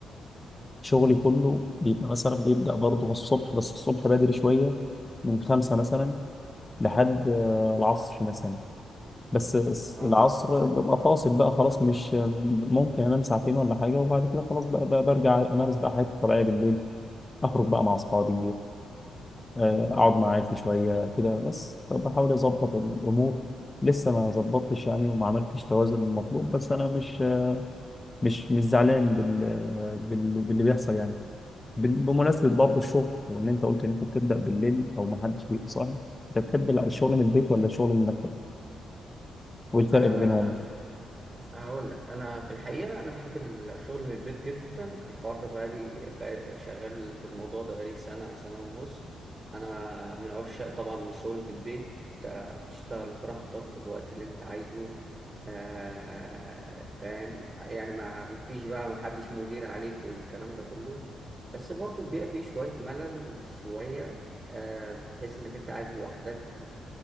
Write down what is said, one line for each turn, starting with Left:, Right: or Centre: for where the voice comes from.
Left: شغلي كله بيبقى مثلا بيبدأ برضه من الصبح بس الصبح بدري شوية من خمسة مثلا لحد آه، العصر مثلا بس بس
Right: اه
Left: العصر ببقى فاصل بقى خلاص مش ممكن أنام ساعتين ولا حاجة وبعد كده خلاص بقى, بقى برجع أمارس بقى حياتي الطبيعية بالليل أخرج بقى مع أصحابي آه، أقعد مع عيلتي شوية كده بس بحاول أظبط الأمور لسه ما ظبطتش يعني وما عملتش توازن المطلوب بس أنا مش مش مش زعلان بال... بال... باللي بيحصل يعني بال- بمناسبة برضه الشغل وإن أنت قلت إن أنت بتبدأ بالليل أو ما حدش بيبقى صاحي، أنت بتحب لا الشغل من البيت ولا الشغل من المكتب؟ والفرق
Right: انا
Left: ما بينهم؟
Right: هقول لك انا في الحقيقه انا بحب الشغل من البيت جدا الحوار ده بقالي بقالي شغال في الموضوع ده بقالي سنه سنه ونص انا من عشاق طبعا الشغل في البيت آه، بتشتغل براحتك الوقت اللي انت عايزه آه، فاهم يعني ما ما فيش بقى ما حدش مدير عليك والكلام ده كله بس برضه بيبقى فيه شويه ملل شويه آه، بحيث انك انت قاعد لوحدك